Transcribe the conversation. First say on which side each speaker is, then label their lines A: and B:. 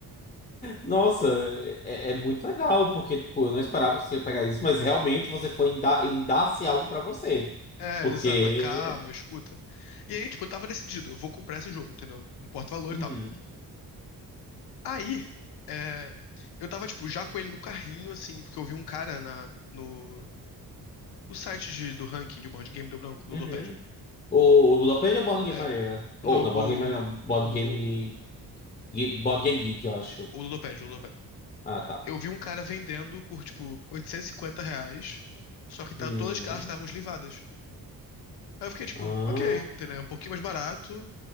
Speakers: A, on the left (about 20°); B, on the left (about 85°).
A: Nossa, é, é muito legal, porque tipo, eu não esperava que você ia pegar isso, mas realmente você foi em dar, em dar-se algo pra você.
B: É,
A: Porque.
B: exato. A calma, a escuta. E aí, tipo, eu tava decidido, eu vou comprar esse jogo, entendeu? No porta-valor
A: Uhum,
B: e tal. Aí, é, eu tava, tipo, já com ele no carrinho, assim, porque eu vi um cara na, no. O site de- do ranking de board game do branco, do
A: uhum.
B: Ludopédia.
A: O, o Ludopédia é o Board Game
B: É,
A: Arena? Ou,
B: no.
A: não, Board Game Arena,
B: O,
A: não, Board
B: o,
A: Game. Ge- Board Game Geek, eu acho.
B: o Ludopédia, o
A: Ah, tá.
B: Eu vi um cara vendendo por, tipo, 850 reais, só que tá,
A: Hum.
B: todas as cartas estavam eslivadas. Aí eu fiquei, tipo,
A: Ah.
B: ok, entendeu? É Um pouquinho mais barato,